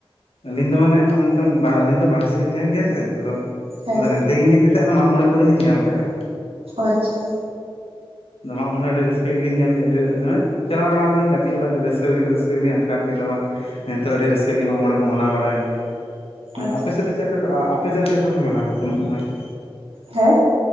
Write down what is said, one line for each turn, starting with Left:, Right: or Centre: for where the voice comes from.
Left: ᱟᱞᱤᱧ ᱫᱚ ᱢᱟᱱᱮ ᱚᱦᱚ ᱱᱤᱛᱚᱝ ᱟᱹᱞᱤᱧ ᱫᱚ ᱵᱟᱨᱦᱮ ᱥᱮᱫ ᱞᱤᱧ ᱛᱟᱦᱮᱱ ᱜᱮᱭᱟ ᱥᱮ ᱟᱫᱚ
Right: ᱦᱮᱸ
Left: ᱟᱫᱚ ᱛᱮᱜᱮ ᱦᱮᱡ ᱠᱟᱛᱮ ᱚᱱᱟ ᱢᱟᱜ ᱢᱚᱬᱮ ᱠᱚᱫᱚᱞᱤᱧ ᱧᱮᱞ ᱟᱠᱟᱜ-ᱟ ᱾
Right: ᱟᱪᱪᱷᱟ
Left: ᱱᱚᱣᱟ ᱢᱟᱜᱢᱚᱬᱮ ᱟᱹᱰᱤ ᱨᱟᱹᱥᱠᱟᱹ ᱜᱮᱞᱤᱧ ᱧᱮᱞ ᱠᱮᱫ-ᱟ <unintelligible> ᱾ ᱪᱟᱞᱟᱣ ᱵᱟᱲᱟᱱᱟᱞᱤ ᱜᱟᱛᱮ ᱚᱲᱟᱜ ᱟᱹᱰᱤ ᱨᱟᱹᱥᱠᱟᱹ ᱜᱮᱞᱮ ᱨᱟᱹᱥᱠᱟᱹ ᱜᱮᱞᱤᱧ ᱟᱴᱟᱨ ᱠᱮᱫᱟ ᱵᱟᱝ ᱮᱱᱛᱮ ᱟᱹᱰᱤ ᱨᱟᱹᱥᱠᱟᱹ ᱜᱮ ᱢᱟᱜᱢᱚᱬᱮ ᱠᱚ ᱢᱟᱱᱟᱣ ᱵᱟᱲᱟᱭ ᱜᱮᱭᱟ ᱾
Right: ᱟᱪᱪᱷᱟ
Left: ᱟᱯᱮ ᱥᱮᱫ ᱫᱚ ᱪᱮᱫ ᱞᱮᱠᱟ ᱠᱚ ᱟᱯᱮ ᱫᱚ ᱪᱮᱫ ᱞᱮᱠᱟ ᱯᱮ ᱢᱟᱱᱟᱣᱟ ᱜᱮᱛᱚ ᱢᱟᱜᱢᱚᱬᱮ ᱠᱚ?
Right: ᱦᱮᱸ